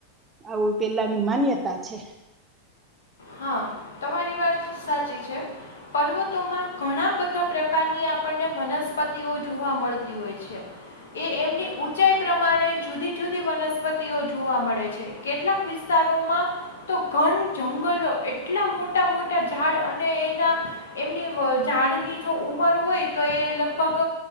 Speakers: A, on the right (about 20°); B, on the left (about 65°).
A: આવું પેલાની માન્યતા છે.
B: હા તમારી વાત સાચી છે પર્વતોમાં ઘણા બધા પ્રકારની આપણને વનસ્પતિઓ જોવા મળતી હોય છે એ એમની ઊંચાઈ પ્રમાણે જુદી જુદી વનસ્પતિઓ જોવા મળે છે કેટલાક વિસ્તારોમાં તો ઘન જંગલો એક. એટલા મોટા મોટા ઝાડ અને એના એમની વ ઝાડની જો ઉંમર હોય તો એગ લગભગ